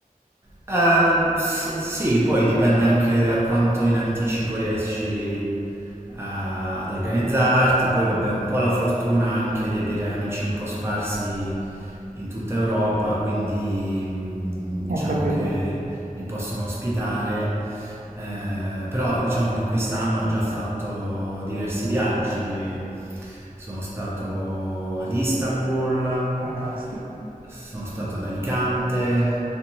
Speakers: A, on the right; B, on the right.
A: Eh, s- sì, poi dipende anche da quanto in anticipo riesci a- ad organizzarti, poi vabbè, un po' la fortuna anche di avere amici un po' sparsi in tutta Europa, quindi mh, diciamo
B: Ho capito,
A: che mi possono ospitare eh, però diciamo che quest'anno ho già fatto diversi viaggi. Sono stato ad Istanbul,
B: fantastico.
A: sono stato ad Alicante,